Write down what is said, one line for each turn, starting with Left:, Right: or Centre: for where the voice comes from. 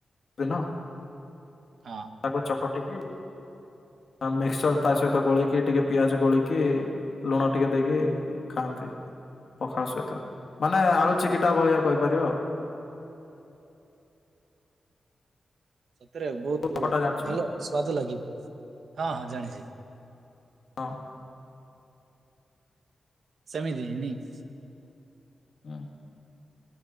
Left: <unintelligible>
Right: ହଁ।
Left: ତାକୁ ଚକଟିକି ମିକ୍ସଚର ତା ସହିତ ଗୋଳିକି, ଟିକେ ପିଆଜ ଗୋଳିକି, ଲୁଣ ଟିକେ ଦେଇକି ଖାଆନ୍ତେ ପଖାଳ ସହିତ। ମାନେ ଆଳୁ ଚିକିଟା ଭଳିଆ କହିପାରିବ ଆଉ।
Right: ସତରେ ବହୁତ
Left: ଚକଟା ଜାଣିଛୁ
Right: ଭଲ
Left: କି?
Right: ସୁଆଦ ଲାଗିବ। ହଁ ହଁ ଜାଣିଛି।
Left: ହଁ।
Right: <unintelligible>
Left: ହଁ।